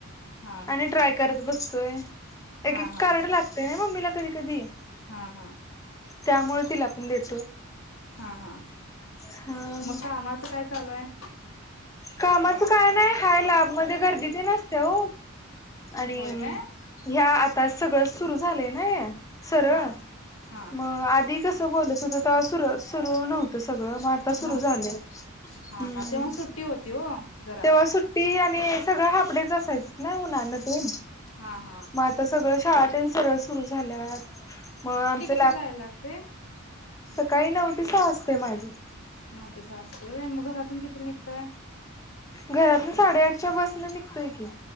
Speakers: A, on the left (about 70°); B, on the left (about 15°).
A: हा
B: आणि
A: हा
B: ट्राय करत बसतोय, एक
A: हा
B: एक
A: हा
B: कार्ड लागतेय ना मम्मीला कधी कधी.
A: हा हा
B: त्यामुळे तिला पण देतो.
A: हा हा
B: हा
A: मग कामाच काय चालू आहे?
B: कामाच काय नाही, हाय लॅबमध्ये गर्दीते तेव आणि
A: होय काय
B: ह्या आता सगळं सुरू झालंय ना हे सरळ
A: हा. हा
B: मग आधी कसं बोलत होत, तवा सुरू नव्हतं सगळं मग आता सुरू
A: नव्हतं
B: झालय.
A: होय हा
B: हम्म
A: हा तेव्हा सुट्टी होती हो जरा
B: तेव्हा सुट्टी आणि सगळं हाप डेच असायच नाही उन्हान ते
A: हा हा
B: मग आता सगळं शाळा सुरु झाल्यात, मग आमचे
A: जाय लागते
B: सकाळी नऊ ते सहा असते माझी.
A: नऊ ते सहा असते होय, मग घरातून कितीला निघतय?
B: घरातून साडेआठच्या बसन निघतोय की.